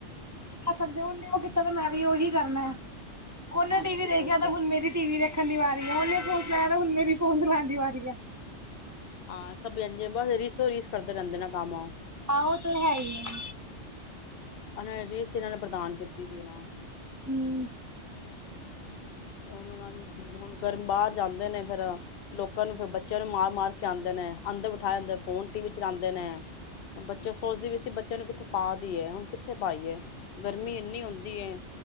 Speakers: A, on the right (about 25°); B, on the left (about 60°).
A: ਸਕਦੇ ਉਹ ਕੀਤਾ ਤਾਂ ਮੈਂ ਵੀ ਉਹੀ ਕਰਨਾ ਆ। ਉਹਨੇ
B: ਹਾਂ ਬਿਲਕੁਲ
A: ਟੀ ਵੀ ਦੇਖਿਆ
B: ਸਹੀ ਕਿਹਾ।
A: ਤੇ ਹੁਣ ਮੇਰੀ ਟੀ ਵੀ ਵੇਖਣ ਦੀ ਵਾਰੀ ਆ ਉਹਨੇ ਫੋਣ ਮੈਂ ਤਾਂ ਹੁਣ ਮੇਰੀ ਫੋਨ ਲੈਨ ਦੀ ਵਾਰੀ ਐ।
B: ਹਾਂ ਸਬ ਇਂਜੇ ਬਸ ਰੀਸੋ ਰੀਸ ਕਰਦੇ ਰਹਿੰਦੇ ਨੇ ਕੰਮ ਔ।
A: ਆਹ ਉਹ ਤੇ ਹੈ ਹੀ ਆ।
B: ੳਹਨਾ ਨੇ ਰੀਸ ਇਹਨਾਂ ਨੇ ਪ੍ਰਦਾਨ ਕੀਤੀ ਦੀ ਨਾ।
A: ਹਮ।
B: ਹ ਹੁਣ ਗਰਮ ਬਾਹਰ ਜਾਂਦੇ ਨੇ, ਫੇਿਰ ਲੋਕਾਂ ਨੂੰ ਫਿਰ ਬੱਚਿਆਂ ਨੂੰ ਮਾਰ- ਮਾਰ ਕੇ ਆਉਂਦੇ ਨੇ, ਅੰਦਰ ਬਿਠਾ ਅੰਦਰ ਫੋਨ ਟੀ ਵੀ ਚਲਾਉਂਦੇ ਨੇ। ਬੱਚਾ ਸੋਚਦੇ ਵੀ ਸੀ ਬੱਚਿਆਂ ਨੂੰ ਕਿੱਥੇ ਪਾ ਦੀ ਹੈ, ਹੁਣ ਕਿੱਥੇ ਪਾਈ ਹੈ। ਗਰਮੀ ਇੰਨੀ ਹੁੰਦੀ ਹੈ।